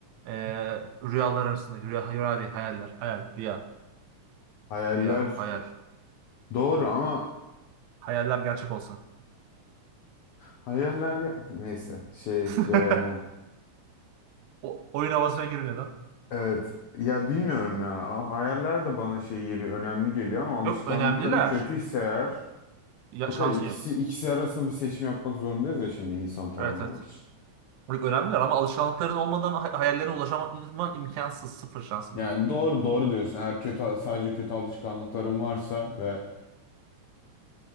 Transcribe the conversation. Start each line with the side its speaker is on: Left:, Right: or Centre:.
Right: eee, rüyalar arasında. Rüya, rüya değil hayaller. Hayal, rüya,
Left: Hayaller
Right: rüya, hayal.
Left: doğru ama
Right: Hayaller gerçek olsa.
Left: hayaller ya <laughs> neyse şey
Right: <laughs>
Left: e,
Right: O, oyun havasına girmeden.
Left: evet ya bilmiyorum ya. A- Hayaller de bana şey geliyor, önemli geliyor ama alışkanlıkların
Right: Yok önemliler.
Left: kötüyse eğer
Right: Ya,
Left: Yok
Right: şansın
Left: hayır ikisi
Right: yok.
Left: ikisi arasında bir seçim yapmak zorundayız ya şimdi insan tanımlamak
Right: Evet evet.
Left: için.
Right: Çok önemliler ama alışkanlıkların olmadan hay- hayallerine ulaşman imkansız. Sıfır şansın.
Left: Yani doğru doğru diyorsun. Eğer kötü sadece kötü alışkanlıkların varsa ve